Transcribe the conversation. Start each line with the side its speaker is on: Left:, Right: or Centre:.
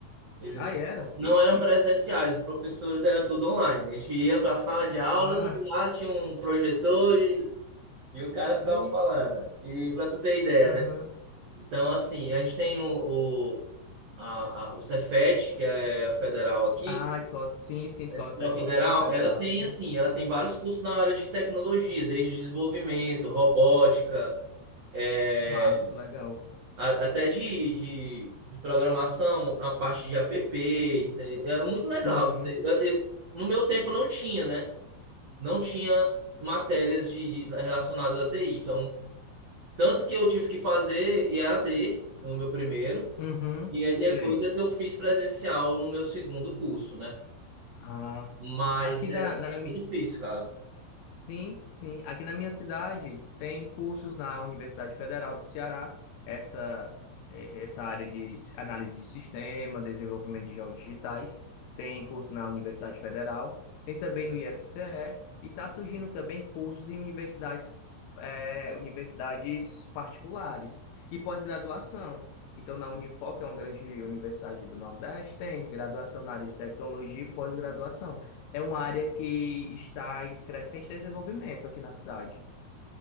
Right: Eles
Left: Aí era.
Right: não
Left: Vixe.
Right: eram presenciais, os professores era tudo online. A gente ia para a sala de aula
Left: Ah,
Right: e lá tinha um projetor e, e o cara
Left: vixe.
Right: ficava falando. E para tu ter ideia,
Left: Aham.
Right: né? Então, assim, a gente tem o, o, a, a- o Cefet, que é a federal aqui.
Left: Ah, escola. Sim, sim, escola
Right: A escola
Left: técnica
Right: federal,
Left: federal,
Right: ela tem,
Left: sim.
Right: assim, ela tem vários cursos na área de tecnologia, desde desenvolvimento, robótica, é,
Left: Massa, legal.
Right: a- até de, de, de programação, a parte de app, entendeu? É muito legal
Left: Uhum,
Right: isso aí. Eu- eu- no meu tempo não tinha, né? Não tinha matérias de, de- relacionadas à TI. Então, tanto que eu tive que fazer EAD no meu primeiro,
Left: uhum,
Right: e aí
Left: sei.
Right: depois é que eu fiz presencial no meu segundo curso, né?
Left: Ah,
Right: Mas
Left: aqui
Right: é,
Left: na, na,
Right: é difícil, cara.
Left: Sim, sim. Aqui na minha cidade tem cursos na Universidade Federal do Ceará, essa, eh, essa área de análise de sistema, desenvolvimento de jogos digitais, tem curso na Universidade Federal, tem também no IFCE, e e está surgindo também cursos em universidades, eh, universidades particulares e pós-graduação. Então, na Unifor, que é uma grande universidade do Nordeste, tem graduação na área de tecnologia e pós-graduação é uma área que está em crescente desenvolvimento aqui na cidade.